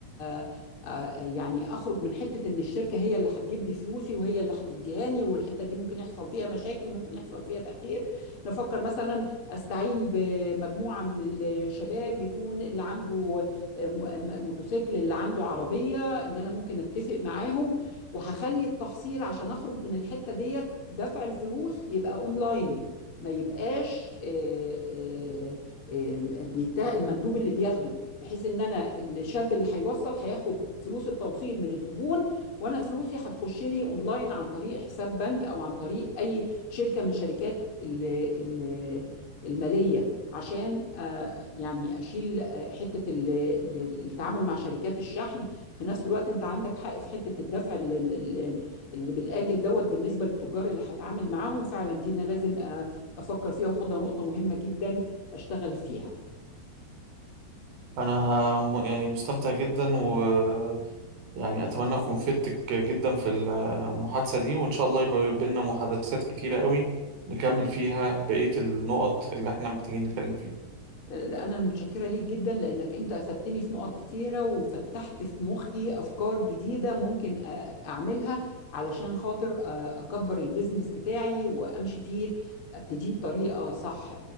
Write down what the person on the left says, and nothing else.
آه، آه، يعني اخرج من حته ان الشركه هي اللي هتجيب لي فلوسي وهي اللي هتديهاني والحته دي ممكن يحصل فيها مشاكل ممكن يحصل فيها تاخير نفكر مثلا استعين بمجموعه من الشباب يكون اللي عنده آه، م- آه، م- موتوسيكل اللي عنده عربيه ان انا ممكن اتفق معاهم وهخلي التحصيل عشان اخرج من الحته ديت دفع الفلوس يبقى اونلاين ما يبقاش آه، آه، آه، بيته المندوب اللي بياخده بحيث ان انا الشاب اللي هيوصل هياخد فلوس التوصيل من الزبون وانا فلوسي هتخش لي اونلاين عن طريق حساب بنك او عن طريق اي شركة من شركات ال- ال- المالية عشان آه، يعني اشيل آه، حتة ال- ال- التعامل مع شركات الشحن في نفس الوقت انت عندك حق في حتة الدفع ال- ال- ال- اللي بالاجل دوت بالنسبة للتجار اللي هتعامل معاهم فعلا دي انا لازم أ افكر فيها وخدها نقطه مهمه جدا اشتغل فيها
لا، انا المتشكره ليك جدا لانك انت افدتني في نقط كتيره وفتحت في مخي افكار جديده ممكن أ- اعملها علشان خاطر أ- اكبر البيزنس بتاعي وامشي فيه ابتديه بطريقه صح